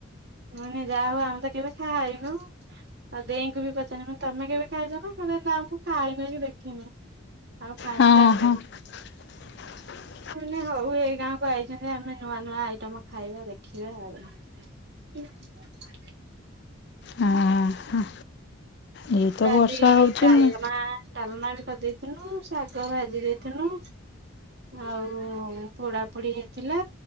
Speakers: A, on the right (about 55°); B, on the left (about 55°).
A: ମାନେ ଯାହା ହଉ ଆମେ ତ କେବେ ଖାଇନଉଁ। ଆଉ ଦେଇଙ୍କୁ ବି ପଚାରିନି ମାନେ ତମେ କେବେ ଖାଇଛ ନା, କହିଲେ ନା ମୁଁ ଖାଇନେଇ କି ଦେଖିନି। ଆଉ ଫାଷ୍ଟ
B: ହଁ
A: ଟାଇମରେ
B: ହଁ <inaudible>
A: ମୁଁ କହିନି ହଉ, ଏଇ ଗାଁକୁ ଆଇଚନ୍ତି ଆମେ ନୂଆ ନୂଆ ଆଇଟମ ଖାଇବା ଦେଖିବା ଆଉ। <unintelligible>
B: ହଁ ହଁ। ଏଇ ତ
A: ବା
B: ବର୍ଷା
A: ଆଜି
B: ହଉଛି
A: ଡାଲମା
B: ମୁଁ
A: ଡାଲମା ବି କରି ଦେଇଥିନୁ, ଶାଗ ଭାଜି ଦେଇଥିନୁ ଆଉ ପୋଡା ପୋଡି ହେଇଥିଲା,